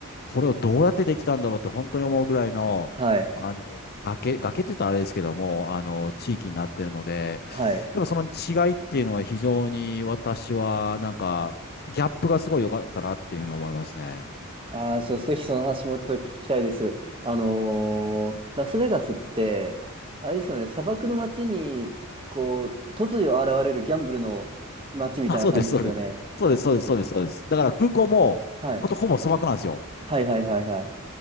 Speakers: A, on the left; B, on the right.
A: これをどうやってできたんだろうって本当に思うぐらいの、
B: はい。
A: あの、崖、崖って言うとあれですけども、あの、地域になってるので、
B: はい。
A: やっぱその違いっていうのは非常に私はなんか、ギャップがすごい良かったなっていうふうに思いますね。
B: ああ、そう、ぜひその話もちょっと聞きたいです。あのーラスベガスって、あれですよね、砂漠の街に、こう、突如現れるギャンブルの街みたいな感じですよね。
A: あ、そうです、そうです。そうです、そうです、そうです、そうです。だから空港も、
B: はい。
A: ほんとほぼ砂漠なんですよ。
B: はいはいはいはい。